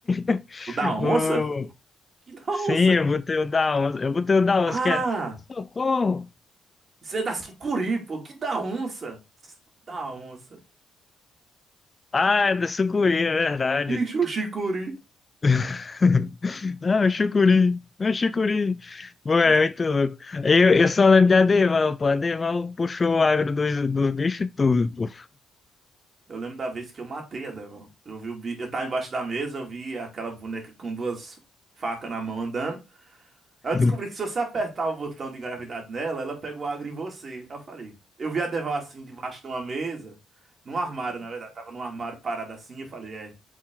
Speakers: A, on the left (about 30°); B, on the right (about 45°).
A: <laughs>
B: O da onça?
A: O,
B: Que da onça?
A: sim, eu botei o da onça. Eu botei o da onça,
B: Ah,
A: que é. Socorro!
B: isso é da sucuri, pô. Que da onça? Da onça.
A: Ah, é do sucuri, é verdade.
B: Ixi, o chicuri.
A: <laughs> Ah, é chucuri, é chucuri. Ué,
B: Mas
A: é muito louco. Eu, eu só lembro de Adeval, pô. Adeval puxou o agro dos, dos bichos tudo, pô.
B: eu lembro da vez que eu matei a Devon. Eu vi o bi... Eu tava embaixo da mesa, eu vi aquela boneca com duas facas na mão andando.
A: <laughs>
B: Aí eu descobri que se você apertar o botão de gravidade nela, ela pega o agro em você. Aí eu falei. Eu vi a Deval assim, debaixo de uma mesa, num armário, na verdade. Tava num armário parada assim. Eu falei, é,